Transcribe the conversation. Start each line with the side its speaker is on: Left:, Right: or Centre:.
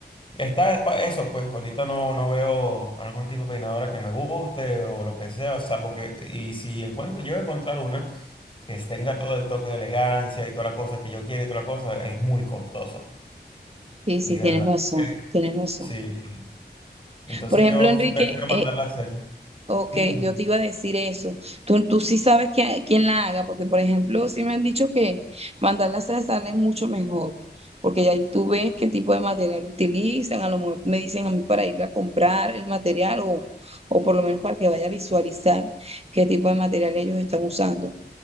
Left: está pa- eso, pues, ahorita no, no veo algún tipo de peinadora que me guste o lo que sea, salvo que, y si encuentro, yo encontrar una que tenga todo el toque de elegancia y toda la cosa que yo quiero y toda la cosa, es muy costosa,
Right: Sí, sí,
Left: y de
Right: tienes
Left: verdad.
Right: razón, tienes razón.
Left: Sí, sí. Entonces
Right: Por ejemplo,
Left: yo
Right: Enrique,
Left: sí prefiero mandarla a hacer.
Right: Ok,
Left: Dime.
Right: yo te iba a decir eso. Tú, tú sí sabes que, quién la haga, porque por ejemplo, sí me han dicho que mandar las sal sale mucho mejor, porque ya ahí tú ves qué tipo de material utilizan, a lo mejor me dicen a mí para ir a comprar el material o, o por lo menos para que vaya a visualizar qué tipo de material ellos están usando